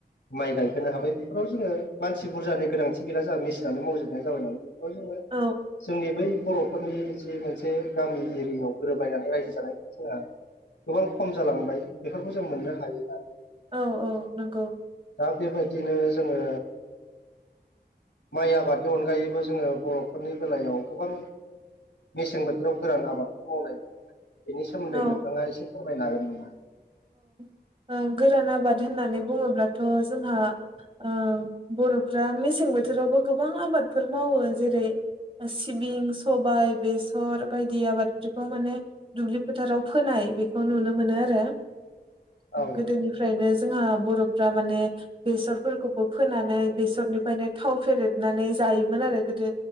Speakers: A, on the left (about 85°); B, on the right (about 30°).
A: माइ गायहोनो हाबाय बेफोराव जोङो मानसि बुरजानि गोनांथि गैला जोहा मेसिनानो मावजोबनाय जाबाय नालाय। बेफोराव जोङो
B: औ
A: जोंनि बै बरफोरनि नि मोनसे गामि एरियायाव गोरोबलायनानै रायजो जानायखौ जोंहा गोबां खम जालांबाय बेफोर खौ जों मोननो हायो आरो।
B: औ औ नंगौ
A: दा बेबायदिनो जोङो। माइ आबादनि अनगायैबो जोङो बर'फोरनि बेलायाव गोबां मेसें बोथोराव गोरान आबादखौ मावनाय बेनि सोमोन्दै
B: औ
A: नोंथाङा एसे फोरमायनो हागोन नामा?
B: ओ गोरान आबाद होननानै बुङोब्लाथ जोंहा। ओ बर'फ्रा मेसें बोथोरावबो गोबां आबादफोर मावो जेरै सिबिं सबाय बेसर बायदि आबादफोरखौ माने दुब्लि फोथाराव फोनाय बेखौ नुनो मोनो आरो
A: औ
B: गोदोनिफ्रायनो जोंहा बर'फ्रा माने बेसरफोर खौबो फोनानै बेसरनिफायनो थाव फेरेदनानै जायोमोन आरो गोदो